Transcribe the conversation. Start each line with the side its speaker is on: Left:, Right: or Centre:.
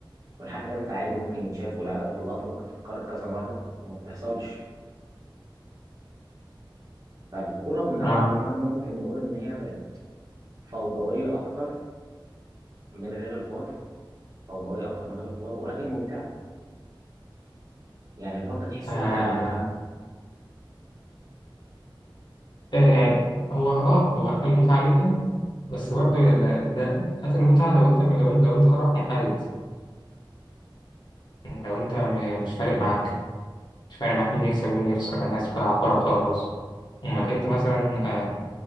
Right: والحق ده انت عادي ممكن يتشاف والع- واللقطه ممكن تتكرر كذا مره وما بتحصلش فالكوره نوعا
Left: آه.
Right: ما ممكن نقول ان هي بقت فوضويه اكتر من غير الفار فوضويه اكتر من غير الفار ولكن ممتعه يعني الفار ده تحسه
Left: آه.
Right: قتل المتعه
Left: آه يعني هو آه هو قتل المتعة جدا بس برضه لا- ده قتل المتعة لو أنت لو أنت لو أنت طرف محايد يعني لو أنت م- مش فارق معاك مش فارق معاك مين يكسب ومين يخسر أنت عايز تلعب كورة وخلاص. امال انت مثلا آه،